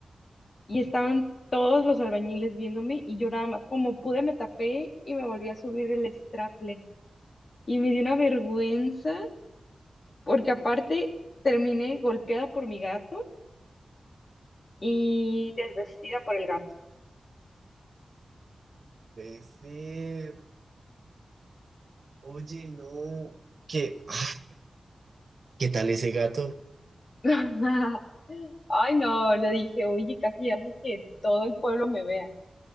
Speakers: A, on the left (about 50°); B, on the right (about 55°).
A: Y estaban todos los albañiles viéndome y yo nada más, como pude, me tapé y me volví a subir el straple. Y me dio una vergüenza porque aparte terminé golpeada por mi gato y desvestida por el gato.
B: puede ser. Oye, no, ¿qué, ah, qué tal ese gato?
A: <laughs> Ay, no, le dije, oye, casi haces que todo el pueblo me vea.